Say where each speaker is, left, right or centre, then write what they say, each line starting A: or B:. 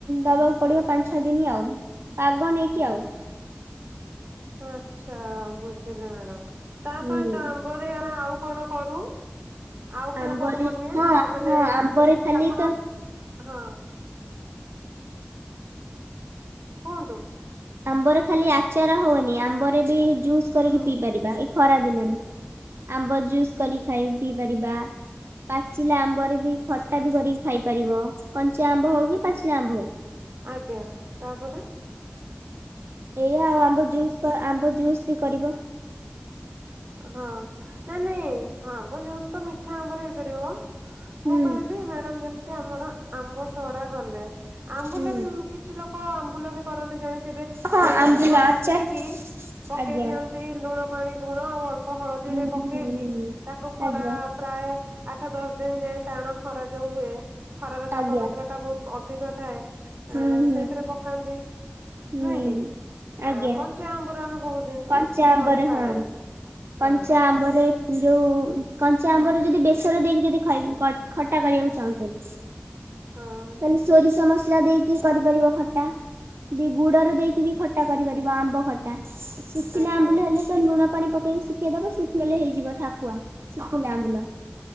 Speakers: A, on the right; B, on the right.
A: ଦବାକୁ ପଡିବ ପାଞ୍ଚ ଛଅ ଦିନ ଆଉ ପାଗ ନେଇକି ଆଉ।
B: ଆଛା ବୁଝିଲି ମ୍ୟାଡ଼ାାମ। ତା
A: ହୁଁ
B: ସହିତ ଆମ୍ବରେ ଆଉ କଣ କରୁ? ଆଉ କି
A: ଆମ୍ବରେ
B: କଣ ବନେ
A: ହଁ
B: ମାନେ
A: ହଁ ଆମ୍ବରେ
B: ଯେମିତି
A: ଖାଲି
B: ଆପଣ
A: ତ
B: ହଁ କୁହନ୍ତୁ।
A: ଆମ୍ବରେ ଖାଲି ଆଚାର ହଉନି ଆମ୍ବରେ ବି ଜୁସ୍ କରିକି
B: ହୁଁ
A: ପିଇ ପାରିବା ଏଇ ଖରା ଦିନରେ ଆମ୍ବ ଜୁସ୍ କରିକି ଖାଇ ପିଇ ପାରିବା। ପାଚିଲା ଆମ୍ବରେ ବି ଖଟା ବି କରିକି ଖାଇପାରିବ। କଞ୍ଚା ଆମ୍ବ ହଉ କି ପାଚିଲା ଆମ୍ବ ହଉ
B: ଆଜ୍ଞା ତାପରେ
A: ଏଇ ଆଉ ଆମ୍ବ ଜୁସ୍ ଆମ୍ବ ଜୁସ୍ ବି କରିବ।
B: ହଁ ନାଇଁ ନାଇଁ ହପ ଯୁସ୍ ତ ମିଠା ଆମ୍ଵ ରେ ହେଇପାରିବ।
A: ହୁଁ
B: ମୁଁ କହିଲି ମ୍ୟାଡାମ ଯେମ ଏମିତି ଆମର ଆମ୍ବ ସଢା ଗଲେ ଆମ୍ବୁଲ
A: ହୁଁ
B: ବି କିଛି ଲୋକ ଆମ୍ବୁଲ ବି କରନ୍ତି ଜାଣି ଥିବେ।
A: ହଁ
B: କଞ୍ଚା
A: ଆମ୍ବୁଲ
B: ଆମ୍ବ କାଟିକି
A: ଆଚାର
B: ପକେଇ
A: ଆଜ୍ଞା
B: ଦିଅନ୍ତି ଲୁଣ ପାଣି ଲୁଣ ହଁ ଆଉ। ହଳଦୀରେ
A: ହୁଁ
B: ପକେଇକି
A: ହୁଁ ହୁଁ
B: ତାକୁ ଖରା
A: ଆଜ୍ଞା
B: ପ୍ରାୟ ଆଠ ଦଶ ଦିନ ଯାଏ ଟାଣ ଖରା ଯୋଉ ହୁଏ। ଖରାର ତାପମାତ୍ରା
A: ଆଜ୍ଞା
B: ଟା ବହୁତ ଅ ଅଧିକ ଥାଏ।
A: ହୁଁ
B: ଆ
A: ହୁଁ
B: ସେଇଥିରେ ପକାନ୍ତି
A: ହୁଁ
B: ନୁହେଁ କି? ଆ
A: ଆଜ୍ଞା
B: କଞ୍ଚା ଆମ୍ବର ଆମେ ବହୁତ ଜିନିଷ
A: କଞ୍ଚା ଆମ୍ବରେ
B: କରିପାରେ
A: ହଁ କଞ୍ଚା
B: ହଁ
A: ଆମ୍ବରେ ଯୋଉ କଞ୍ଚା ଆମ୍ବରେ ଯଦି ବେସର ଦେଇକି ଯଦି ଖଟ ଖଟ ଖଟା କରିବାକୁ ଚାହୁଁଚନ୍ତି।
B: ହଁ।
A: ତାହଲେ ସୋରିଷ ସମଲା ଲା ଦେଇକି କରିପାରିବ ଖଟା। ବି ଗୁଡରେ ଦେଇକି ବି ଖଟା କରିପାରିବ ଆମ୍ବ ଖଟା। ସୁଖିଲା
B: ଆଜ୍ଞା
A: ଆମ୍ବୁଲ ହେଲେ ଲୁଣ ପାଣି ପକେଇକି ଶୁଖେଇଦବ, ଶୁଖିଲେ ହେଇଯିବ ଠାକୁଆ ଶୁଖୀଲା ଆମ୍ବୁଲ